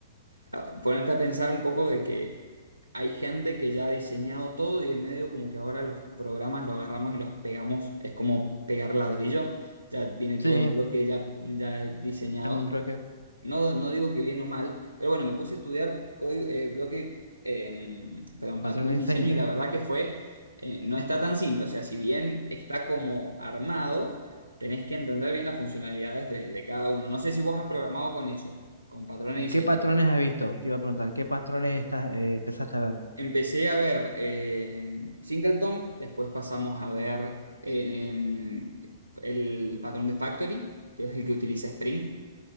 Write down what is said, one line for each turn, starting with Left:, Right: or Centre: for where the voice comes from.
Right: ah, Ponerte a pensar un poco de que hay gente que ya ha diseñado todo y en medio como que ahora los programas los agarramos y los pegamos, es como pegar ladrillo, ya viene todo
Left: Sí,
Right: en bloque ya, ya diseñado.
Left: un broker
Right: No, no digo que bien o mal, pero bueno, me puse a estudiar código, eh, bloque, eh, perdón,
Left: patrones
Right: patrones
Left: de diseño.
Right: de diseño y la verdad que fue, eh, no está tan simple, o sea, si bien está como armado, tenés que entender bien las funcionalidades de, de cada uno. No sé si vos has programado
Left: ¿Y,
Right: con eso, con patrones de
Left: y qué patrones
Right: diseño.
Left: has visto? Te iba a preguntar, ¿qué patrones estás, eh, empezaste a ver?
Right: Empecé a ver eh, Singleton, después pasamos a ver eh, em, el patrón de Factory, que es el que utiliza Spring.